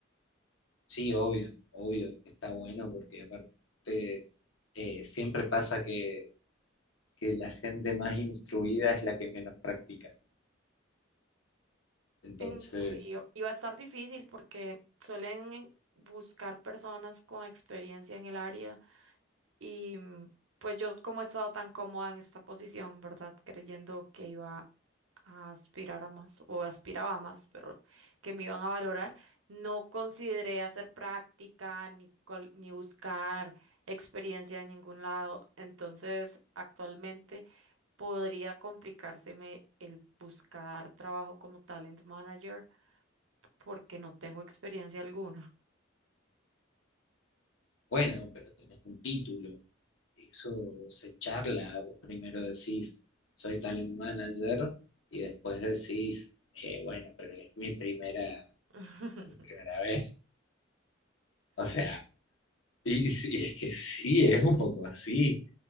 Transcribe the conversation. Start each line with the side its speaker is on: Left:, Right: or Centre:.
Left: Sí, obvio, obvio, que está bueno porque aparte eh, siempre pasa que, que la gente más instruida es la que menos practica. Entonces,
Right: En- sí, o- y a estar difícil porque suelen buscar personas con experiencia en el área Y mm, pues yo como he estado tan cómoda en esta posición, ¿verdad? Creyendo que iba a aspirar a más o aspiraba a más, pero que me iban a valorar, no consideré hacer práctica ni, col- ni buscar experiencia en ningún lado. Entonces, actualmente podría complicárseme el buscar trabajo como talent manager porque no tengo experiencia alguna.
Left: bueno, pero tenés un título, eso se charla, vos primero decís, soy talent manager y después decís, eh, bueno, pero es mi primera,
Right: <laughs>
Left: mi primera vez. <laughs> O sea, y, sí, es que sí, es un poco así.